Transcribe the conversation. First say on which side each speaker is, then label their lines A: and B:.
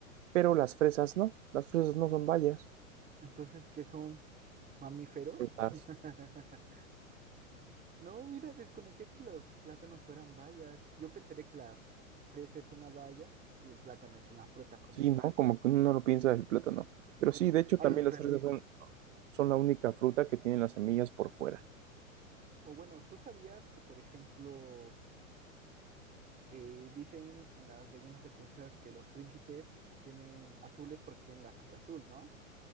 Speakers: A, on the right (about 60°); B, on the right (about 20°).
A: pero las fresas no, las fresas no son bayas,
B: Entonces, ¿qué son mamíferos?
A: frutas.
B: <laughs> No, mira, desconocía que los plátanos fueran bayas. Yo pensaría que las fresas es una baya y el plátano es una fruta como
A: Sí,
B: tal,
A: ¿no? Como que uno no lo piensa del plátano.
B: pues,
A: Pero
B: como
A: sí, de hecho
B: al
A: también
B: revés.
A: las fresas son, son, son la única fruta que tienen las semillas por fuera.
B: O bueno, ¿tú sabías que, por ejemplo, eh, dicen en las leyendas de princesas que los príncipes tienen azules porque tienen la sangre azul, ¿no?